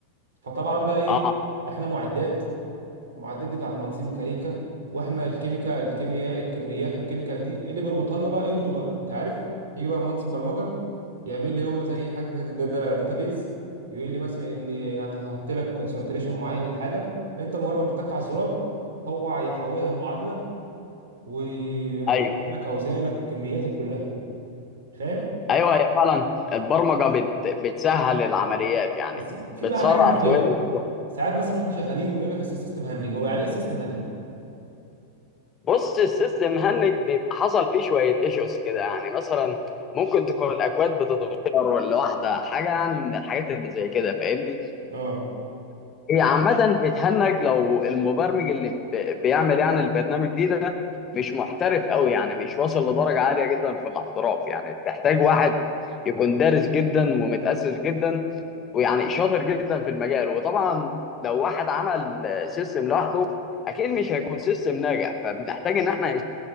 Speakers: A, on the right; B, on the left.
A: فطبعا بقى ايه
B: اه
A: احنا معدات المعدات دي بتاعت مهندسين الميكانيكا واحنا الكيميكا الكيمياء الكميات والكيميكال دي اللي بيربطها لنا بقى انتوا بقى انت عارف يجي بقى مهندس البرمجه يعمل لي هو زي حاجه كده دا دا داتابيز يقول لي مثلا ان انا هحط لك كونسنتريشن معين للحاجه انت مجرد ما بتتك على الزرار هو هيحولها لمعادله ويجيب
B: ايوه
A: لك اوزانك وكمياتك كلها فاهم
B: ايوه هي فعلا البرمجه بت... بتسهل العمليات يعني
A: بس في
B: بتسرع
A: بقى حاجه انا مش فاهمها
B: شويه الشغل.
A: ساعات مثلا واحنا شغالين يقول لك اصل السيستم هنج هو يعني ايه السيستم هنج
B: بص السيستم هنج بيبقى حصل فيه شويه ايشوز كده يعني مثلا ممكن تكون الاكواد بتتغير ولا واحده حاجه يعني من الحاجات اللي زي كده فاهمني
A: اه
B: هي عامة بتهنج لو المبرمج اللي ب- بيعمل يعني البرنامج دي ده مش محترف قوي يعني مش واصل لدرجة عالية جدا في الاحتراف يعني بتحتاج واحد يكون دارس جدا ومتأسس جدا ويعني شاطر جدا في المجال وطبعا لو واحد عمل سيستم لوحده اكيد مش هيكون سيستم ناجح فبنحتاج ان احنا